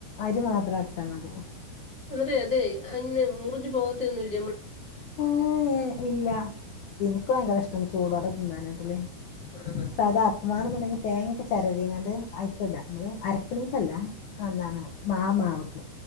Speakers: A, on the left; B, on the right.
A: അരി മാത്രഅര്ച്ചാ മതി
B: അന്ന്ട്ടേ അതെ അയ്നെ മുറിഞ്ഞു പോകതോന്നുലെ
A: അങ്ങനെ യെ ഇല്ല എനിക്ക് ഭയങ്കര ഇഷ് ച്ചൊന്ന് ചൂടോടെതിന്നനാട്ടിൽ
B: ആഹാ
A: സദാപ്പം വണന്ന്ണ്ടാങ്കില് തേങ്ങക്കെ ചേരാവിങ്ങണ്ട് ട് അയ്ക്ടാ മ്മള് അരക്കണേക്കല്ല എന്താണ് മാ മാവ്ക്ക്